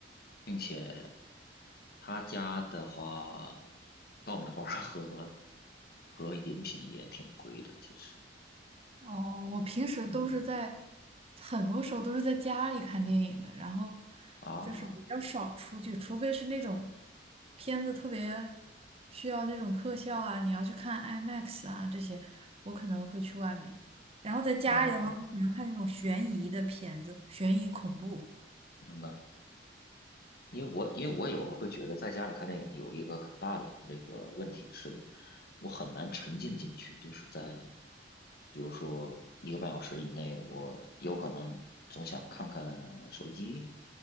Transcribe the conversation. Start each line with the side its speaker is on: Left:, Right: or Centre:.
Left: 并且他家的话，爆米花儿和和饮品也挺贵的，其实，
Right: 哦，我平时都是在，
Left: 嗯
Right: 很多时候都是在家里看电影的，然后
Left: 啊
Right: 就是比较少出去，除非是那种片子特别需要那种特效啊，你要去看 IMAX 啊这些，我可能会去外面。然后在家里的话，
Left: 啊，
Right: 我可能看那种悬疑的片子，悬疑恐怖。
Left: 明白。因为我因为我有时候会觉得在家里看电影有一个很大的那个问题是，我很难沉浸进去，就是在比如说一个半小时以内，我有可能总想看看手机，